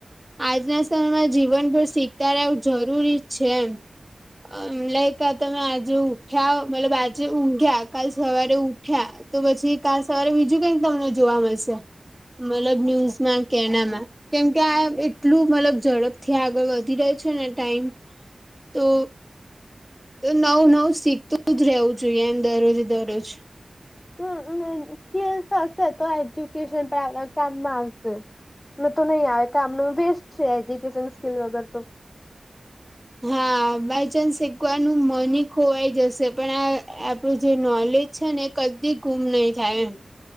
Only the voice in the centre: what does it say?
આજના સમયમાં જીવનભર શીખતા રહેવું જરૂરી છે એમ. અ લાઈક આ તમે આજે ઉઠ્યા મતલબ આજે ઊંઘ્યા કાલ સવારે ઉઠ્યા. તો પછી કાલ સવારે બીજું કઈક તમને જોવા મળશે મતલબ ન્યૂઝમાં કે એનામાં. કેમ કે આ એટલું મતલબ ઝડપથી આગળ વધી રહે છે ને ટાઈમ તો તો નવુ નવુ શીખતું જ રહેવું જોઈએ એમ દરરોજે દરરોજ.
હા, બાયચાન્સ શીકવાનું મન ખોવાઈ જશે પણ આ આપણું જે નોલેજ છે ને કદી ગુમ નઈ થાય એમ.